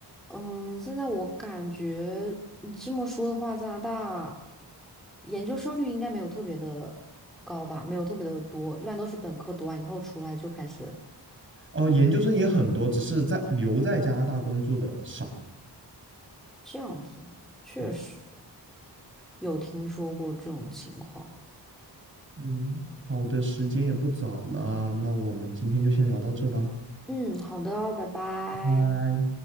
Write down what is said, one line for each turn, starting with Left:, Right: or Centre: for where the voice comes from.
Centre: 嗯，现在我感觉你这么说的话，加拿大研究生率应该没有特别的高吧，没有特别的多，一般都是本科读完以后出来就开始
Right: 哦、研究生也很多，只是在留在加拿大工作的少。
Centre: 这样子。确实
Right: 对，
Centre: 有听说过这种情况。
Right: 嗯，好的，时间也不早了，那我们今天就先聊到这吧，
Centre: 嗯，好的，拜拜。
Right: 拜。